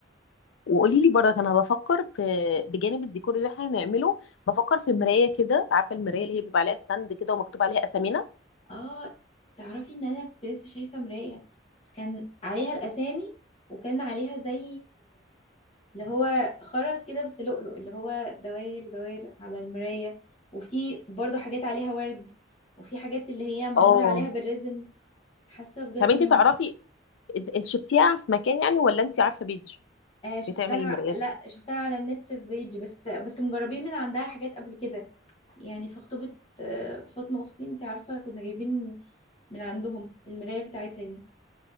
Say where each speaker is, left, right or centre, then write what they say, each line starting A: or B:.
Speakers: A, on the left (about 75°); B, on the left (about 30°).
A: وقولي لي برضك انا بفكر في بجانب الديكور اللي احنا هنعمله بفكر في مرايه كده عارفه المرايه اللي هي بيبقى عليها ستاند كده ومكتوب عليها اسامينا
B: اه تعرفي ان انا كنت لسه شايفة مراية بس كان عليها الاسامي وكان عليها زي اللي هو خرز كده بس لؤلؤ اللي هو دوائر دوائر على المراية وفي برضو حاجات عليها ورد وفي حاجات اللي هي معمولة
A: اه
B: عليها بالريزن حاسة بجد
A: طب انت
B: ان
A: تعرفي انت إنت شفتيها في مكان يعني ولا انت عارفه بيج
B: آه شفتها
A: بتعمل المرايات
B: لا شفتها على النت في بيج بس بس مجربين من عندها حاجات قبل كده يعني في خطوبة آه، فاطمة اختي انت عارفة كنا جايبين من عندهم المراية بتاعتها دي